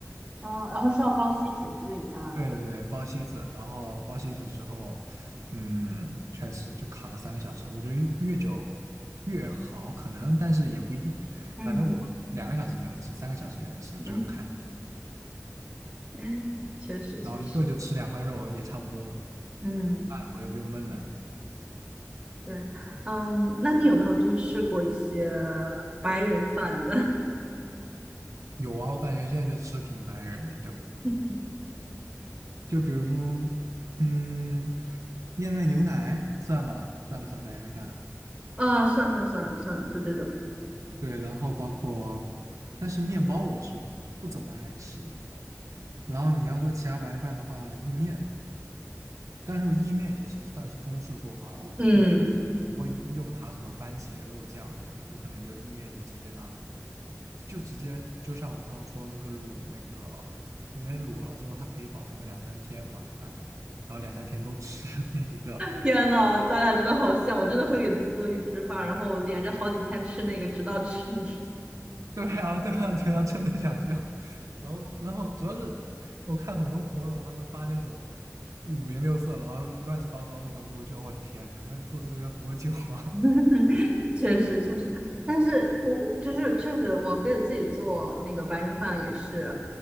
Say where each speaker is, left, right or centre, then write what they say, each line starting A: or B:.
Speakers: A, on the right; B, on the right.
A: 然后是要包锡纸，所以它，
B: 对对对，包西子，然后包西子之后，嗯，确实就烤个三个小时。我觉得越久越好，可能，但是也不一定。
A: 嗯
B: 反正我两个小时也能吃，三个小时也能吃，就是看你。
A: 嗯。<laughs> 嗯，确实确实，
B: 然后一顿就吃两块肉也差不多了，
A: 嗯，
B: 饭我也不用焖了。
A: 对，嗯，那你有没有就是试过一些白人饭的？
B: 有啊，我感觉现在就吃的挺白人的，就
A: <laughs>
B: 就比如说，嗯，燕麦牛奶算吗？算不算白人饭啊
A: 啊，算算算算，就这种。
B: 对，然后包括，但是面包我是不怎么爱吃。然后你要说其他白人饭的话，意面，但是意面也其实算是中式做法了，我不会不会用它什么番茄肉酱什么的，
A: <laughs> 嗯，
B: 我可能就意面就直接当，就直接就像我刚刚说那个卤那个，因为卤了之后它可以保存个两三天嘛，大概，然后两三天都吃 <laughs> 那一个，
A: 天呐，咱俩真的好像，我真的会给自己做预制饭，然后连着好几天吃那个，直到吃腻。
B: <laughs> 对啊，对啊，对啊，真的想笑。<laughs> 然后，然后主要是我看很多朋友他们发那种五颜六色，然后乱七八糟的东西，我就我、天呐，那做这个要多久啊？
A: <laughs> 确实确实，但是我我就是确实，我给自己做那个白人饭也是，